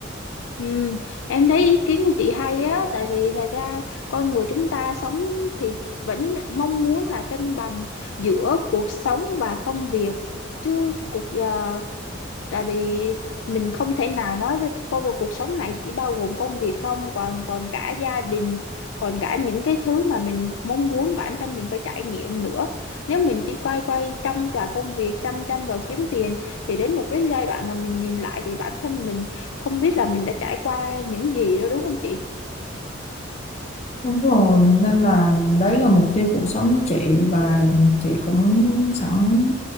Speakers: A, on the left; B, on the left.
A: Ừ, em thấy ý kiến của chị hay á, tại vì thật ra con người chúng ta sống thì vẫn mong muốn là cân bằng giữa cuộc sống và công việc. Chứ cuộc ờ, tại vì mình không thể nào nói là công cuộc cuộc sống này chỉ bao gồm công việc không còn còn cả gia đình còn cả những cái thứ mà mình mong muốn bản thân mình phải trải nghiệm nữa nếu mình chỉ quay quay chăm vào công việc chăm chăm vào kiếm tiền thì đến một cái giai đoạn mà mình nhìn lại thì bản thân mình không biết là mình đã trải qua những gì đó đúng không chị
B: Đúng rồi, nên là đấy là mục tiêu cuộc sống của chị và chị cũng sẵn